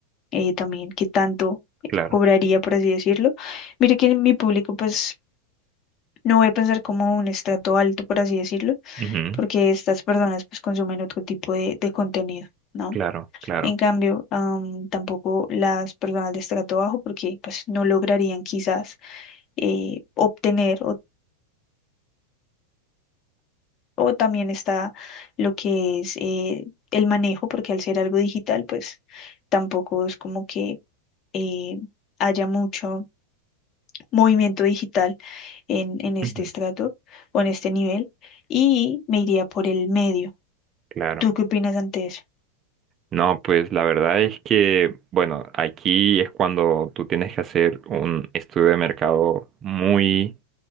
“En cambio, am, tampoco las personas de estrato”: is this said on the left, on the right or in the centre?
Left